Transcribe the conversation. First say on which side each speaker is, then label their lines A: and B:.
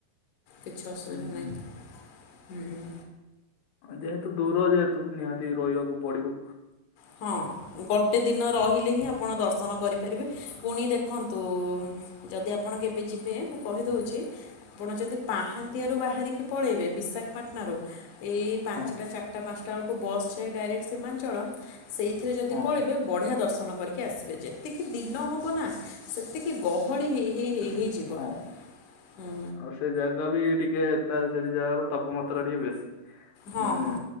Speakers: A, on the left (about 65°); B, on the left (about 90°).
A: କିଛି ଅସୁବିଧା
B: ହୁଁ ହୁଁ
A: ନାହିଁ, ହୁଁ।
B: ଯେହେତୁ ଦୂର ଯେହେତୁ, ନିହାତି ରହିବାକୁ ପଡ଼ିବ।
A: ହଁ, ଗୋଟେ ଦିନ ରହିଲେ ହିଁ ଆପଣ ଦର୍ଶନ କରିପାରିବେ। ପୁଣି ଦେଖନ୍ତୁ-ଉ ଯଦି ଆପଣ କେବେ ଯିବେ? ମୁଁ କହିଦଉଛି। ଆପଣ ଯଦି ପାହାନ୍ତିଆରୁ ବାହାରିକି ପଳେଇବେ ବିଶାଖାପାଟନାରୁ ଏଇ ପାଞ୍ଚଟା
B: ହଁ
A: ଚାରିଟା ପାଞ୍ଚଟା ବେଳକୁ ବସ୍ ଯାଏ ଡାଇରେକ୍ଟ ସୀମାଞ୍ଚଳମ୍ ସେଇଥିରେ ଯଦି
B: ହଁ
A: ପଳେଇବେ
B: ହଁ
A: ବଢ଼ିଆ ଦର୍ଶନ କରିକି ଆସିବେ, ଯେତିକି ଦିନ ହବ ନା ସେତିକି ଗହଳି ହେଇ ହେ ହେଇ ହେଇ
B: ସେ
A: ହେଇ ଯିବ,
B: ହଁ
A: ହୁଁ।
B: ଆଉ ସେ ଜାଗା ବି ଟିକେ ତାର ସେଠି ଜାଗାର ତାପମାତ୍ରା ଟିକେ ବେଶୀ,
A: ହଁ
B: ମାନେ
A: ହଁ